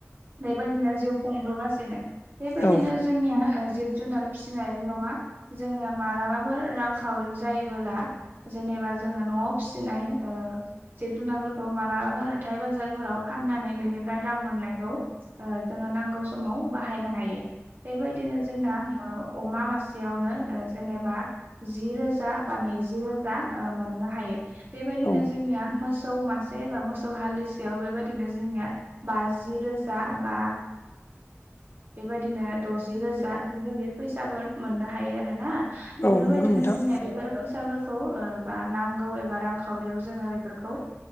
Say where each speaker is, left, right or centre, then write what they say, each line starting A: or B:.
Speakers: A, on the right (about 50°); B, on the left (about 60°).
A: बेबायदिनो जिउ खुंबोगासिनो। बेबायदिनो
B: औ
A: जोंनिया जिब जुनार फिसिनायल' नङा। जोंनिया मालाबाफोर रांखावरि जायोबोला जेनेबा जोङो न'आव फिसिनाय ओ जिब जुनारफोरखौ मालाबाफोर हाथाय बाजारफोराव फाननानै बेनिफ्राय रां मोननायखौ ओ जोङो नांगौ समाव बाहायनो हायो। बेबायदिनो जोंना ओ अमा मासेयावनो ओ जेनेबा जि रोजा बा नैजि रोजा ओ मोननो हायो। बेबायदिनो
B: औ
A: जोंनिया मोसौ मासे बा मोसौ हालिसेयाव बेबायदि <inaudible> बिदिनो जोंनिया बाजि रोजा बा ओ बेबायदिनो दजि रोजा बिनिफ्राय बे फैसाफोर मोननो हायो आरो ना। बेफोरबायदिनो
B: औ नंगौ नोंथां
A: जोंनिया बेफोर फैसाफोर खौ ओ बा नांगौ एबा रांखावरियाव जोङो बेफोरखौ ओ